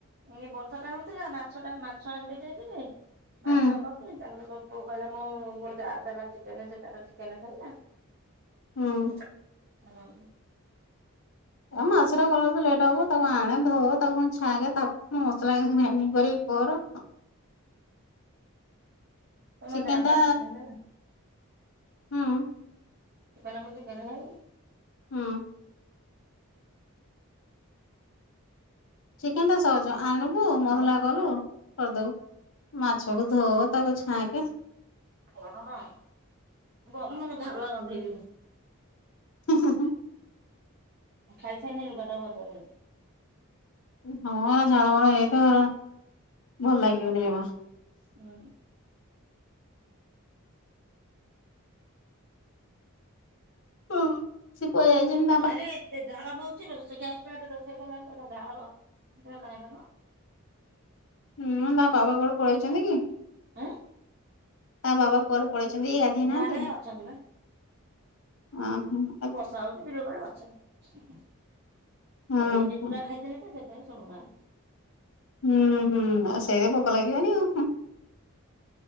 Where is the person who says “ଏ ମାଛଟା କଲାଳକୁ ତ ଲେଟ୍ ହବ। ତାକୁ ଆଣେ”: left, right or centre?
Left